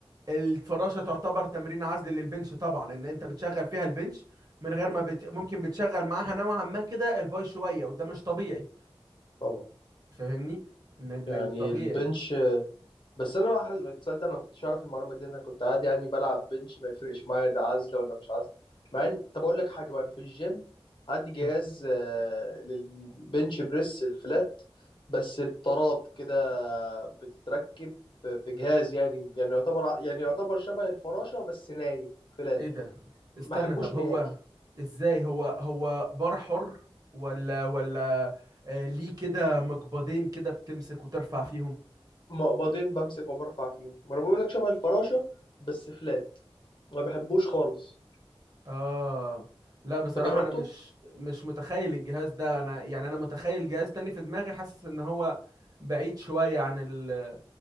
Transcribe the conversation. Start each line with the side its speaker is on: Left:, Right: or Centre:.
Right: الفراشه تعتبر تمرين عزل للبنش طبعا ان انت بتشغل فيها البنش من غير ما بت... ممكن بتشغل معاها نوعا ما كده الباي شويه وده مش طبيعي
Left: طبعا
Right: فاهمني ان ال-
Left: يعني
Right: الطبيعي
Left: البنش بس انا بقى ما تصدق انا ما كنتش اعرف المعلومه دي انا كنت عادي يعني بلعب بنش ما يفرقش معايا ده عزله ولا مش عزله مع ان طب اقول لك حاجه بقى انا في الجيم عندي جهاز
Right: مم.
Left: آه، للبنش بريس الفلات بس بطارات كده بتتركب في جهاز يعني يعني يعتبر ع- يعني يعتبر شبه الفراشه بس نايم فلات
Right: ايه ده
Left: ما
Right: استنى
Left: احبوش
Right: طب هو
Left: نهائي
Right: ازاي هو هو بار حر ولا ولا آه ليه كده مقبضين كده بتمسك وترفع فيهم
Left: مقبضين بمسك وبرفع فيهم ما انا بقول لك شبه الفراشه بس فلات ما بحبوش خالص
Right: اه لا بصراحة
Left: تجربته
Right: انا مش مش متخيل الجهاز ده انا يعني انا متخيل جهاز تاني في دماغي حاسس ان هو بعيد شوية عن ال